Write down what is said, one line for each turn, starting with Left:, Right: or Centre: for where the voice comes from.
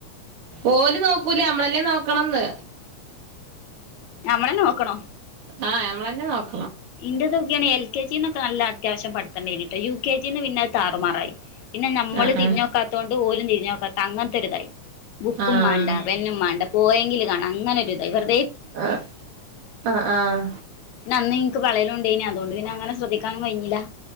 Right: ഓല്നോക്കൂ ല്ല നമ്മളെന്നെ നോക്കണംന്ന്
Left: നമ്മളെ നോക്കണോ
Right: ആഹ് നഞമ്മളന്നെ നോക്ക
Left: ഇന്റെതൊക്കെയാണ് എൽകെജിന്ന് നല്ല അത്യാവശ്യം പഠിത്തം ഉണ്ടായിരുന്നുടോ യു കെ ജിന്ന് പിന്നെ അത് താറുമാറായി പിന്നെ നമ്മൾ
Right: ആഹ്
Left: തിരിഞ്ഞു നോക്കാത്തത് കൊണ്ട് ഓലും തിരിഞ്ഞു നോക്കാത്ത അങ്ങനത്തെ ഒരു ഇതായി ബുക്കും
Right: ആഹ്
Left: മാണ്ട പെന്നും മാണ്ട പോയെങ്കിൽ കാണാം അങ്ങനെ ഒരു ഇതാണ് ഇവർ. പിന്നെ
Right: ആഹ് ആഹ് ആഹ് ആഹ്
Left: അന്ന് എനിക്ക് പള്ളിയിൽ ഉണ്ടായിരുന്നു അതുകൊണ്ട് അങ്ങനെ ശ്രദ്ധിക്കാൻ.. ഇല